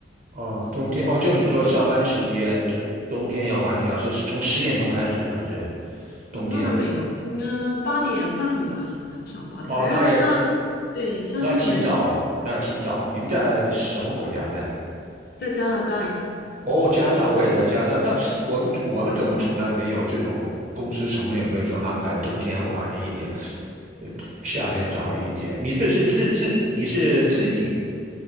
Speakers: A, on the right; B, on the left.
A: 哦，冬天哦，就你说上班时间就冬天要晚一小时，是从十点钟开始还是
B: 哦，
A: 冬天？
B: 那倒没有，应该八点半吧，早上八点。
A: 哦，
B: 然后夏天，
A: 那也
B: 对，夏天可能就是
A: 那也挺早，那也挺早。你们在什么国家在？
B: 在加拿大呀。
A: 哦，加拿大我也在加拿大，那我们我们怎么从来没有这种公司从来没有没有这种安排，冬天晚一点，呃夏天早一点？你这是自自你是自己